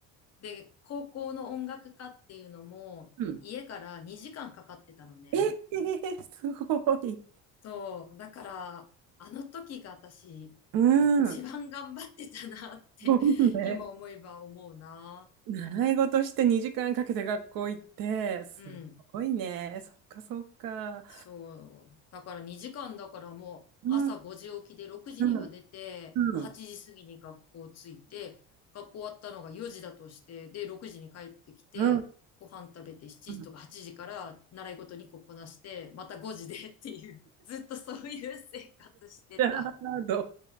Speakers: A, on the left (about 40°); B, on the right (about 60°).
A: で、高校の音楽科っていうのも、
B: うん。
A: 家から2時間かかってたのね。
B: えー、すごい。
A: そう。だから、あの時が私、
B: う
A: 一番頑張ってたなって、
B: ん。すごいね。
A: 今思えば思うな。
B: 習い事して2時間かけて学校行って、すごいね。
A: うん。
B: そっかそっか。
A: そう。だから2時間だからもう朝5時起きで6時には出て、
B: うん、うん、うん、
A: 8時過ぎに学校着いて、
B: うん、
A: 学校終わったのが4時だとして、で、6時に帰ってきて、
B: うん、
A: ご飯食べて7時とか8時から習い事2個こなして、
B: うん。
A: また5時で <laughs> っていう、ずっとそういう生活してた。
B: じゃあ、どう